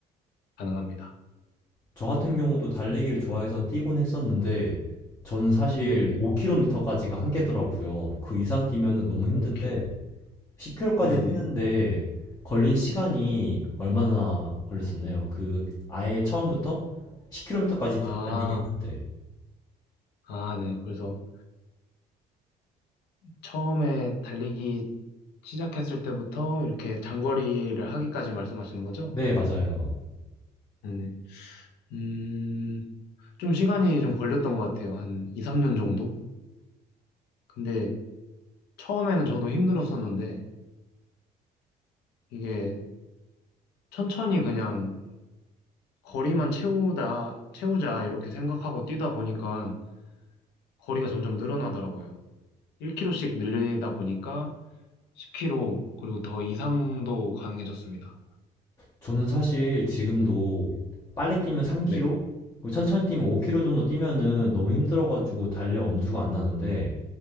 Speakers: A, on the left; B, on the left.
A: 가능합니다.
B: 저 같은 경우도 달리기를 좋아해서 뛰곤 했었는데 저는 사실
A: 네네.
B: 5km까지가 한계더라고요. 그 이상 뛰면은 너무 힘든데
A: 5km.
B: 10km까지
A: 네네.
B: 뛰는데 걸린 시간이 얼마나 걸렸었나요? 그 아예 처음부터 10km까지
A: 아,
B: 달리기 하는데.
A: 아, 네. 그래서 처음에 달리기 시작했을 때부터 이렇게 장거리를 하기까지 말씀하시는 거죠?
B: 네, 맞아요.
A: 네네. 음, 좀 시간이 좀 걸렸던 것 같아요. 한 2, 3년 정도? 근데 처음에는 저도 힘들었었는데 이게 천천히 그냥 거리만 채우다, 채우자 이렇게 생각하고 뛰다 보니까 거리가 점점 늘어나더라고요. 1km씩 늘리다 보니까 10km, 그리고 더 이상도 가능해졌습니다.
B: 저는 사실 지금도 빨리 뛰면 3km,
A: 네.
B: 그리고 천천히 뛰면 5km 정도 뛰면은 너무 힘들어가지고 달릴 엄두가 안 나는데